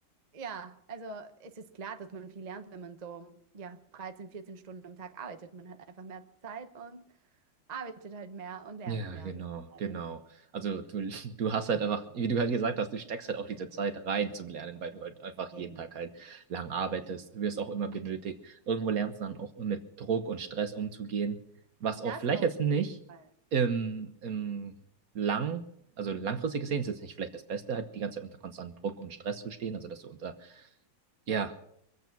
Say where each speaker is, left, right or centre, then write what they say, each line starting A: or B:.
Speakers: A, on the right; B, on the right.
A: Ja, also es ist klar, dass man viel lernt, wenn man so, ja, 13, 14 Stunden am Tag arbeitet. Man hat einfach mehr Zeit und arbeitet halt mehr und lernt
B: Ja,
A: mehr.
B: genau,
A: Das ist alles
B: genau. Also du, <laughs> du hast halt einfach, wie du halt gesagt hast, du steckst halt auch diese Zeit rein zum Lernen, weil du halt einfach
A: eben,
B: jeden Tag halt lang arbeitest,
A: eben.
B: wirst auch immer benötigt. Irgendwo lernst du dann auch mit Druck und Stress umzugehen, was auch
A: Das
B: vielleicht
A: auf
B: jetzt nicht
A: jeden Fall.
B: im, im lang, also langfristig gesehen ist jetzt nicht vielleicht das Beste, halt die ganze Zeit unter konstantem Druck und Stress zu stehen, also dass du unter, ja,
A: Ja.